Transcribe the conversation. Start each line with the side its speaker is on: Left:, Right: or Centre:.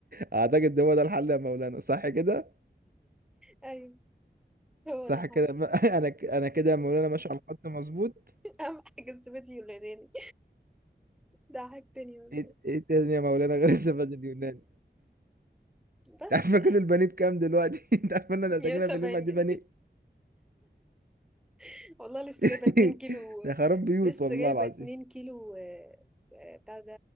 Right: اعتقد ده هو ده الحل يا مولانا صح كده
Centre: ايوه هو
Right: صح
Centre: ده
Right: كده
Centre: <laughs>
Right: ما- <laughs> انا ك- انا كده يا مولانا ماشي على الخط مظبوط
Centre: أهم حاجة الزبادي واليوناني ده حاجة تانية والله
Right: ايه ايه تاني يا مولانا غير <laughs> الزبادي اليوناني
Centre: بس
Right: انت عارفه كل البانيه بكام دلوقتي <laughs> انت عارفه ان احنا
Centre: 170
Right: محتاجينها في اليوم قد
Centre: جنيه
Right: ايه بانيه
Centre: <laughs> والله لسه
Right: <laughs>
Centre: جايبة 2 كيلو
Right: ده خراب بيوت
Centre: لسه
Right: والله
Centre: جايبة
Right: العظيم
Centre: 2 كيلو آه، آه، بتاع ده